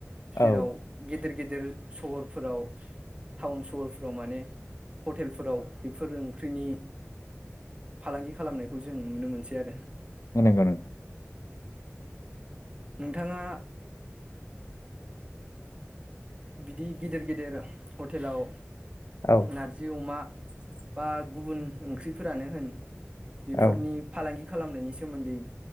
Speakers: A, on the left (about 75°); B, on the right (about 25°).
A: औ
B: जेराव गिदिर गिद दिर सहरफोराव टाउन सहरफ्राव माने हटेलफोराव बेफोर ओंख्रिनि फालांगि खालामनायखौ जों नुनो मोनसै आरो।
A: <unintelligible>
B: नोंथाङा बिदि गिदेर गेदेर हटेलाव
A: औ
B: नारजि अमा बा गुबुन ओंख्रिफोरानो होन बेफोरनि
A: औ
B: फालांगि खालामनायनि सोमोन्दै